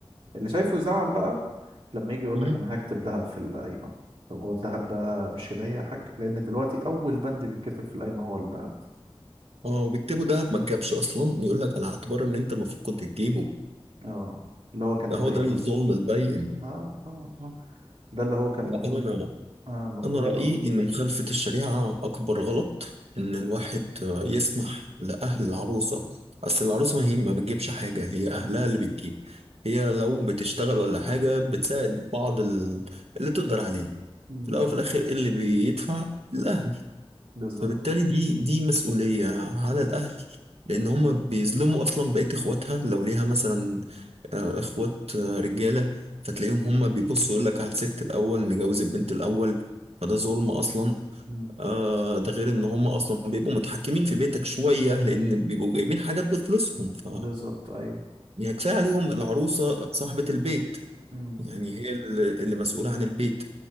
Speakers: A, on the right; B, on the right.
A: اللي شايفه يزعل بقى لما يجي يقول
B: مهم.
A: لك انا هكتب ذهب في القايمة طب هو الذهب ده مش هدية يا حاج لان دلوقتي اول بند بيتكتب في القايمة هو الذهب
B: اه وبيكتبوا ده ما تجابش أصلا يقول لك على اعتبار إن أنت المفروض كنت تجيبه
A: اه اللي هو كان
B: ده
A: هدية
B: هو ده الظلم
A: اصلا
B: البين
A: اه اه اه ده اللي هو كان
B: لا،
A: المفروض
B: أنا
A: اه المفروض
B: أنا رأيي
A: اللي هو
B: إن مخالفة الشريعة أكبر غلط إن الواحد آه، يسمح لأهل العروسة أصل العروسة ما هي ما بتجيبش حاجة هي أهلها
A: مم،
B: اللي بتجيب هي لو بتشتغل ولا حاجة بتساعد بعض ال- اللي تقدر عليه
A: مم،
B: في الأول وفي الآخر إيه اللي بيدفع الأهل
A: بالظبط
B: فبالتالي دي دي مسؤولية على الأهل لأن هما بيظلموا أصلا بقية إخواتها لو ليها مثلا آه، إخوات آه، رجالة فتلاقيهم هما بيبصوا يقول لك على الست الأول نجوز البنت الأول فده ظلم أصلا
A: مم،
B: آه ده غير إن هما أصلا بيبقوا متحكمين في بيتك شوية لأن بيبقوا جايبين حاجات بفلوسهم ف
A: بالظبط ايوه
B: يعني كفاية عليهم العروسة صاحبة البيت
A: مم.
B: يعني هي اللي اللي مسؤولة عن البيت